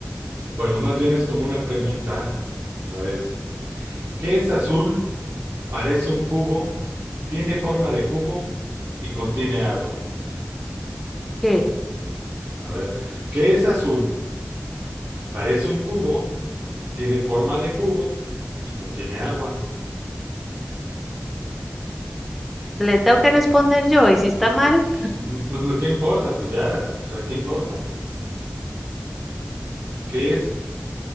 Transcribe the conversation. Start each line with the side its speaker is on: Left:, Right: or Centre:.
Right: Bueno, más bien es como una pregunta a la vez. ¿Qué es azul? Parece un cubo, tiene forma de cubo y contiene agua.
Centre: ¿Qué?
Right: A ver, ¿qué es azul? Parece un cubo, tiene forma de cubo y contiene agua.
Centre: ¿Le tengo que responder yo? ¿Y si está mal?
Right: Pues, mm, pues, no, ¿qué importa? Pues ya, o sea, ¿qué importa? ¿Qué es?